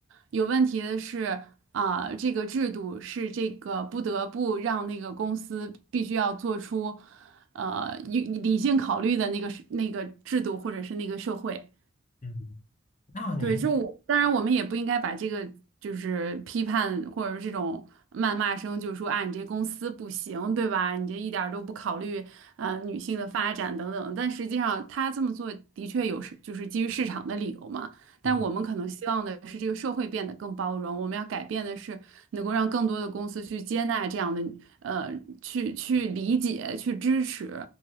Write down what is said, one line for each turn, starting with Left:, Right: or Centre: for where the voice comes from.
Right: 有问题的是啊、这个制度是这个不得不让那个公司必须要做出，呃，理理性考虑的那个是那个制度或者是那个社会。
Left: 嗯那您
Right: 对，就我当然我们也不应该把这个就是批判或者是这种谩骂声，就是说啊，你这公司不行，对吧？你这一点儿都不考虑呃女性的发展等等。但实际上他这么做的确有是就是基于市场的理由嘛。但我们可能希望的是这个社会变得更包容，
Left: 嗯
Right: 我们要改变的是能够让更多的公司去接纳这样的呃去去理解去支持。